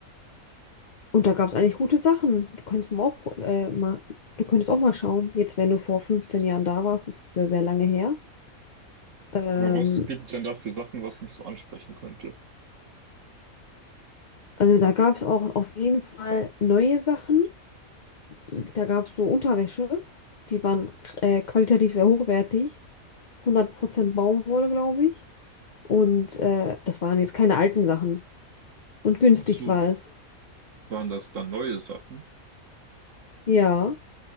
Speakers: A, on the left; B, on the right.
A: und da gab es eigentlich gute Sachen. Du könntest mal auch, pro- äh, mal, du könntest auch mal schauen, jetzt wenn du vor 15 Jahren da warst, das ist ja sehr lange her. Ähm,
B: Aber was gibt's denn da für Sachen, was mich so ansprechen könnte?
A: also da gab es auch auf jeden Fall neue Sachen. Da gab es so Unterwäsche, die waren äh, qualitativ sehr hochwertig. 100% Baumwolle, glaube ich. Und äh, das waren jetzt keine alten Sachen. Und günstig
B: Ach so,
A: war es.
B: waren das dann neue Sachen?
A: Ja.